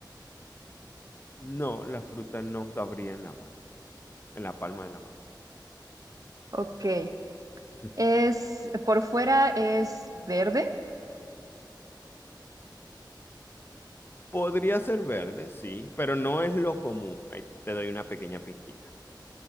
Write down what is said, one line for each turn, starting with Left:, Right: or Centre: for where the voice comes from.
Left: No, la fruta no cabría en la mano, en la palma de la mano.
Right: Ok.
Left: <laughs>
Right: Es, por fuera es verde.
Left: Podría ser verde, sí, pero no es lo común. Ahí te doy una pequeña pista.